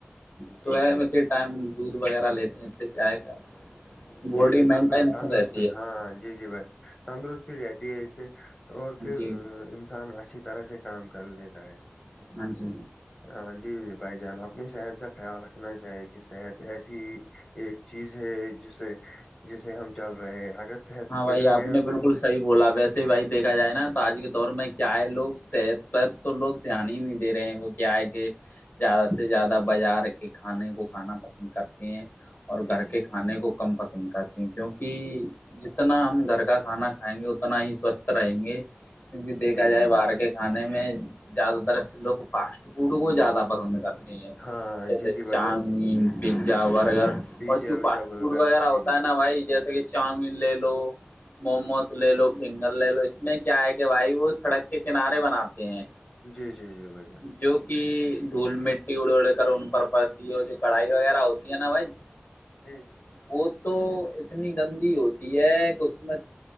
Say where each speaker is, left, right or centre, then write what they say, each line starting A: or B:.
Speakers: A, on the left (about 55°); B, on the left (about 25°).
A: صبح
B: جی جی
A: میں کے ٹائم دودھ وغیرہ لیتے ہیں اس سے کیا ہے کہ باڈی
B: جی جی
A: مینٹینس
B: تند تندرستی
A: رہتی ہے
B: ہاں جی جی بھائی تندرستی رہتی ہے اس سے اور
A: ہاں
B: پھر
A: جی
B: انسان اچھی طرح سے کام کر لیتا ہے
A: ہاں جی
B: ہاں جی جی بھائی جان اپنی صحت کا خیال رکھنا چاہیے کہ صحت ایسی ایک چیز ہے جس سے جس سے ہم چل رہے ہیں اگر صحت
A: ہاں
B: بگڑ
A: بھائی آپ
B: گیا
A: نے
B: تو
A: بالکل صحیح بولا ویسے ہی بھائی دیکھا جائے نا تو آج کے دور میں کیا ہے لوگ صحت پر تو لوگ دھیان ہی نہیں دے رہے ہیں وہ کیا ہے کہ زیادہ سے زیادہ بازار کے کھانے کو کھانا پسند کرتے ہیں اور گھر
B: جی جی
A: کے کھانے کو کم پسند کرتے ہیں کیونکہ جتنا ہم گھر کا کھانا کھائیں گے اتنا ہی سوستھ رہیں گے کیونکہ دیکھا
B: جی
A: جائے
B: جی بھائی
A: باہر
B: جان
A: کے کھانے میں زیادہ تر لوگ فاسٹ فوڈ کو زیادہ پسند کرتے ہیں
B: ہاں
A: جیسے
B: جی جی بھائی
A: چاؤمین
B: جان
A: پیزا برگر
B: پیزا
A: اور جو
B: ویزا
A: فاسٹ
B: برگر
A: فوڈ وغیرہ
B: جی
A: ہوتا
B: جی
A: ہے نا بھائی جیسے کہ چاؤمین لے لو موموز لے لو فنگر لے لو اس میں کیا ہے کہ بھائی وہ سڑک کے کنارے بناتے ہیں
B: جی جی جی بھائی جان
A: جو کہ دھول مٹی اڑ اڑے کر ان پر پڑتی ہے اور جو کڑھائی وغیرہ ہوتی ہے نا بھائی
B: جی جی
A: وہ تو اتنی گندی ہوتی ہے کہ اس میں